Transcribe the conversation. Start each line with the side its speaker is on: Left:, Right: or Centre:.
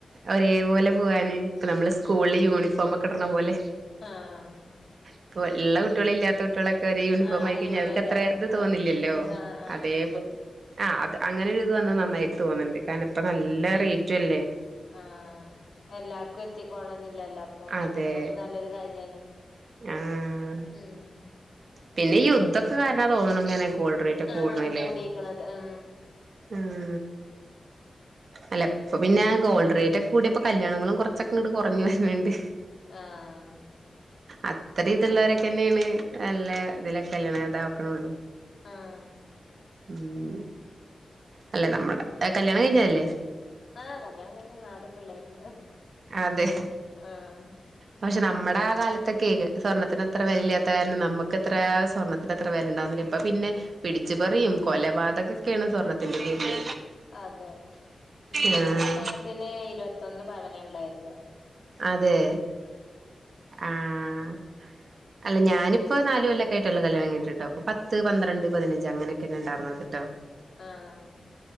Right: ഒരേ പോലെ പോവാന് ഇപ്പ നമ്മള് സ്കൂളിലെ
Left: ഉം
Right: യൂണിഫോമ ഒക്കെ ഇടണ പോലെ
Left: ആഹ്
Right: ഇപ്പൊ ഉള്ള കുട്ടികളും ഇല്ലാത്ത കുട്ടികളൊക്കെ ഒരേ യൂണിഫോം
Left: ആഹ് അറിയൂലല്ലോ
Right: ആയി കഴിഞ്ഞാൽ അവർക്ക്ത്ര ഇത്
Left: ഉം
Right: തോന്നുന്നില്ലല്ലോ
Left: ആഹ് ആഹ്
Right: അതേ ആ അത് അങ്ങനെ ഇത് വന്ന നന്നായിട്ട് തോന്നുന്നുണ്ട് കാരണം ഇപ്പ നല്ല റേറ്റ്ല്ല
Left: ആ എല്ലാർക്കും എത്തിക്കോള്ളന്നില്ലല്ലോ അപ്പൊ ഇ
Right: അതെ
Left: ങ്ങനെ ആവുമ്പോ നല്ലൊരു കാര്യമാണ്
Right: ആഹ്
Left: ഉം
Right: പിന്നെ ഈ യുദ്ധൊക്കെ കാരണാ തോന്ണ് ങ്ങനെ ഗോൾഡ് റേറ്റ് കൂട്ണേലേ
Left: ആഹ് കൂടിക്കണത് ഉം
Right: മ് അല്ല ഇപ്പ പിന്നെ ഗോൾ് റേറ്റ് ഒക്കെ കൂട്യേപ്പോ കല്യാണങ്ങളും കൊറച്ചൊക്കെ ങ്ങട് കൊർഞ്ഞു വരണണ്ട്
Left: ആഹ്
Right: അത്രീം ത്ള്ളോരൊക്കെന്നേണ് നല്ലേ തിലൊക്കെ കല്യണം ണ്ടാക്ക്ണൊള്ളൂ
Left: ആഹ്
Right: മ് അല്ലെ നമ്മടെ കല്യാണം കഴിഞ്ഞതല്ലേ
Left: ആഹ് കല്യാണം കഴിഞ്ഞ നാല് പിള്ളേരുണ്ട്
Right: അതെ.
Left: ആഹ്
Right: പക്ഷെ നമ്മടെ ആ കാലത്തൊക്കേക്ക് സ്വർണത്തിന് ത്ര വെലല്ലാത്ത കാരണം നമ്മക്കെത്ര സ്വർണത്തിന് അത്ര വെലണ്ടാർനില ഇപ്പ പിന്നെ പിടിച്ച് പറീം കൊലപാതക തൊക്കെണ് സ്വർണത്തിൻ്റെ പേര്ല്
Left: അതെ ഇന്റെക്കെ
Right: ആഹ്
Left: കല്യാണത്തിന് ഇര് വത്തൊന്ന് പവനാണ്ടായിര്ന്നേ.
Right: അതേ ആഹ് അല്ല ഞാനിപ്പോ നാല് കൊല്ലൊക്കായിട്ട്ള്ളു കല്യാണം കഴിഞ്ഞിട്ട്ട്ടോ അപ്പോ പത്ത്, പന്ത്രണ്ട്, പതിനഞ്ച് അങ്ങനെക്കേണ് ണ്ടാർന്നത്ട്ടോ.
Left: ആഹ്